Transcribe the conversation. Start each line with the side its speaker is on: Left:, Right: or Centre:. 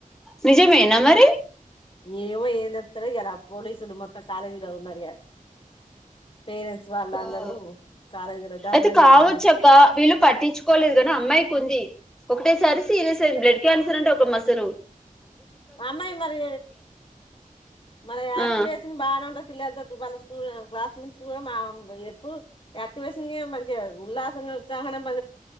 Centre: నిజేమేనా మరి
Left: ఏమో ఏంతెత్తరో ఇయాలా పోలీసులు మొత్తం కాలేజీలో ఉన్నరు ఇగ పేరెంట్స్ వాళ్ళు
Centre: హు
Left: అందరూ కాలేజీలో ధర్నా చేసిన్లే
Centre: ఒకటేసారి సీరియస్ అయింది బ్లడ్ న్సర్ అంటే ఒక మస్సలు
Left: ఆ అమ్మాయి మరి మరి యాక్ట్
Centre: ఆ
Left: వేసింది బాగానే ఉంటది పిల్లలతోటి వాల్ల క్లాస్ నుంచి ఎప్పుడు యాక్టివేషన్ మంచిగా ఉల్లాస ఉత్సాహణ మ